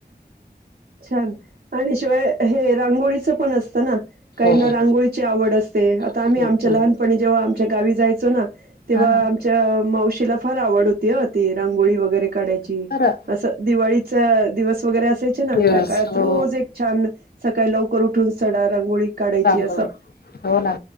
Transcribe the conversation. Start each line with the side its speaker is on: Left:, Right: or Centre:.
Right: छान आणि शिवाय हे रांगोळीचं पण असतं ना. काहीना
Left: हो हो
Right: रांगोळीची आवड असते आता
Left: तेच
Right: आम्ही आमच्या
Left: तर.
Right: लहानपणी जेव्हा आमच्या गावी जायचो ना तेव्हा
Left: हा हा
Right: आमच्या मावशीला फार आवड होती ती रांगोळी वगैर वगैरे काढायची
Left: तर
Right: असं दिवाळीच्या दिवस वगैरे असायचे ना
Left: दिवस
Right: त्या काळात
Left: हो
Right: रोज एक छान सकाळी लवकर उठून सडा रांगोळी काढायची
Left: चांगल.
Right: अस अ
Left: हो ना